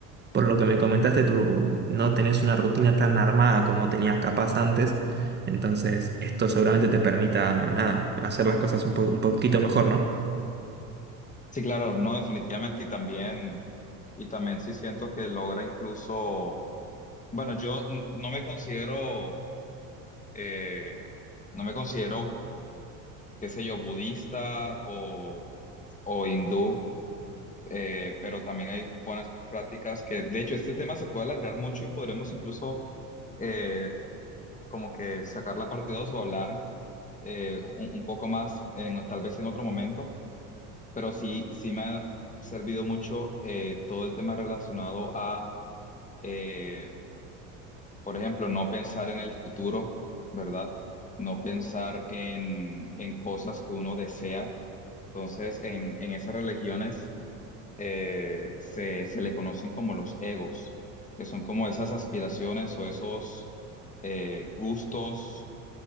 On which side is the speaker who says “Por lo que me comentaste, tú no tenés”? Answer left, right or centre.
Right